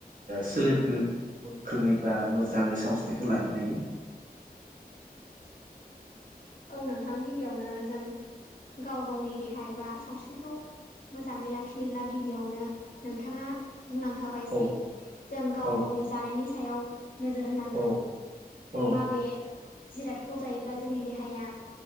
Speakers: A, on the right (about 60°); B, on the left (about 60°).
A: सोलेरखौ गोख्रोङै बा मोजाङै सावस्रिखौ लाखिनायनि
B: औ नोंथां गिबियावनो जों गाव गावनि देहा एबा सावस्रिखौ मोजाङै लाखिनोब्ला गिबियावनो नोंथाङा बुंनांखाबाय जे
A: औ
B: जों गाव
A: औ
B: गावनि जानायनि सायाव नोजोर होनांगोन
A: औ औ
B: माबे जिरादखौ जायोब्ला जोंनि देहाया